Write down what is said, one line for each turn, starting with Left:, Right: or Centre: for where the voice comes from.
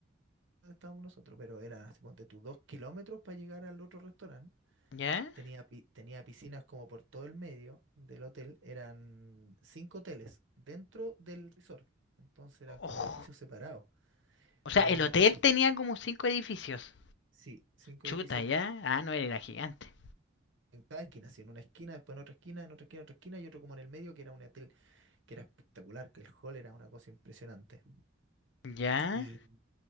Right: donde estábamos nosotros, pero era, así, ponte tú, dos kilómetros para llegar al otro restaurante.
Left: ¿Ya?
Right: Tenía, pi- tenía piscinas como por todo el medio del hotel, eran cinco hoteles dentro del resort, entonces eran como
Left: Ojo.
Right: edificios separados,
Left: O sea,
Right: pero
Left: el
Right: era una
Left: hotel
Right: cosa,
Left: tenía como cinco edificios.
Right: sí, cinco
Left: Chuta,
Right: edificios
Left: ya.
Right: distintos
Left: Ah, no, era gigante.
Right: en cada esquina, así, en una esquina, después en otra esquina, en otra esquina, en otra esquina y otro como en el medio que era un hotel que era espectacular, que el hall era una cosa impresionante.
Left: Ya,
Right: Y,